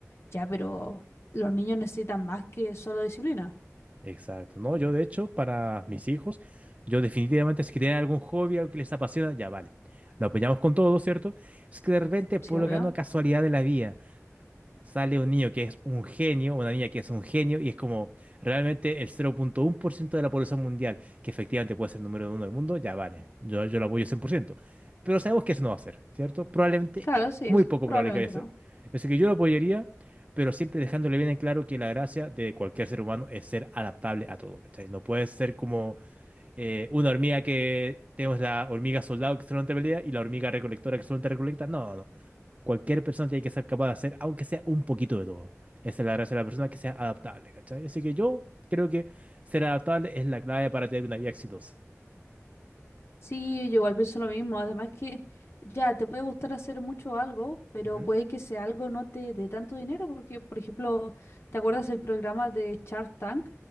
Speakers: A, on the left; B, on the right.
A: Ya, pero los niños necesitan más que solo disciplina.
B: Exacto. No, yo de hecho, para mis hijos, yo definitivamente si tienen algún hobby, algo que les apasiona, ya vale. Lo apoyamos con todo, ¿cierto? Es que de repente, por
A: Sí, obvio.
B: la casualidad de la vida sale un niño que es un genio, una niña que es un genio, y es como realmente el 0.1% de la población mundial, que efectivamente puede ser el número uno del mundo, ya vale, yo, yo lo apoyo 100%. Pero sabemos que eso no va a ser, ¿cierto? Probablemente,
A: Claro, sí,
B: muy
A: es,
B: poco
A: probablemente
B: probable que vaya a ser.
A: no.
B: Así que yo lo apoyaría, pero siempre dejándole bien en claro que la gracia de cualquier ser humano es ser adaptable a todo, ¿cachai? No puedes ser como eh, una hormiga que tenemos la hormiga soldado que solamente pelea y la hormiga recolectora que solamente recolecta. No, no, no cualquier persona tiene que ser capaz de hacer, aunque sea un poquito de todo. Esa es la gracia de la persona, que sea adaptable, ¿cachai? Así que yo creo que ser adaptable es la clave para tener una vida exitosa.
A: Sí, yo igual pienso lo mismo. Además que ya te puede gustar hacer mucho algo, pero
B: Ujú.
A: puede que sea algo no te dé tanto dinero, porque, por ejemplo, ¿te acuerdas del programa de Shark Tank,